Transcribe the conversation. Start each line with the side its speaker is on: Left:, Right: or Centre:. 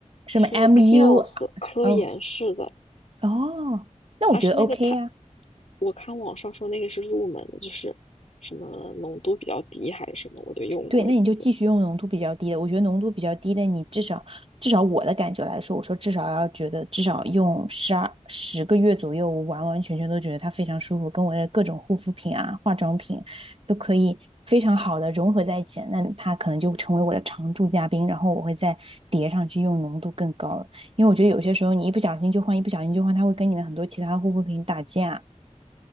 Right: 什么
Left: 是
Right: MU，
Left: Kiehl's 科颜氏的，
Right: 哦哦，那我觉得
Left: 它是那个它，
Right: OK 呀。
Left: 我看网上说那个是入门的，就是什么浓度比较低还是什么，我就用过一次。
Right: 对，那你就继续用浓度比较低的。我觉得浓度比较低的，你至少至少我的感觉来说，我说至少要觉得至少用十二十个月左右，我完完全全都觉得它非常舒服，跟我的各种护肤品啊、化妆品都可以非常好的融合在一起。那它可能就成为我的常驻嘉宾，然后我会再叠上去用浓度更高的，因为我觉得有些时候你一不小心就换，一不小心就换，它会跟你的很多其他护肤品打架。